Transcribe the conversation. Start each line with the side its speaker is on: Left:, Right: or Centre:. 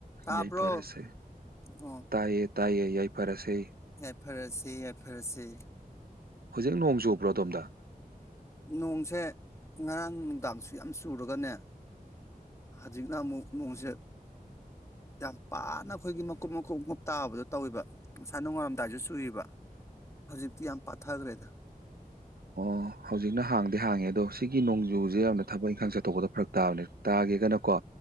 Left: ꯇꯥꯕ꯭ꯔꯣ
Right: ꯌꯥꯏꯐꯔꯁꯦ
Left: ꯑꯣ
Right: ꯇꯥꯏꯌꯦ ꯇꯥꯏꯌꯦ ꯌꯥꯏꯐꯔꯁꯦ
Left: ꯌꯥꯏꯐꯔꯁꯦ ꯌꯥꯏꯐꯔꯁꯦ
Right: ꯍꯨꯖꯤꯛ ꯅꯣꯡ ꯆꯨꯕ꯭ꯔꯣ ꯑꯗꯣꯝꯗ
Left: ꯅꯣꯡꯁꯦ ꯉꯔꯥꯡ ꯅꯨꯡꯗꯥꯡꯁꯨ ꯌꯥꯝ ꯆꯨꯔꯒꯅꯦ ꯍꯖꯤꯛꯅ ꯑꯃꯨꯛ ꯅꯣꯡꯁꯦ ꯌꯥꯝ ꯄꯥꯅ ꯑꯈꯣꯏꯒꯤ ꯃꯀꯨꯞ ꯃꯀꯨꯞ ꯃꯀꯨꯞ ꯇꯥꯕꯗꯣ ꯇꯧꯏꯕ ꯉꯁꯥꯏ ꯅꯣꯡꯉꯥꯜꯂꯝꯗꯥꯏꯁꯨ ꯆꯨꯏꯕ ꯍꯧꯖꯤꯛꯇꯤ ꯌꯥꯝ ꯄꯥꯊꯈ꯭ꯔꯦꯗ
Right: ꯑꯣ ꯍꯧꯖꯤꯛꯅ ꯍꯥꯡꯗꯤ ꯍꯥꯡꯉꯦ ꯑꯗꯣ ꯁꯤꯒꯤ ꯅꯣꯡꯖꯨꯁꯦ ꯌꯥꯝꯅ ꯊꯕꯛ ꯏꯪꯈꯥꯡ ꯆꯠꯊꯣꯛꯄꯗ ꯐꯔꯛ ꯇꯥꯕꯅꯦ ꯇꯥꯒꯦꯒꯅꯀꯣ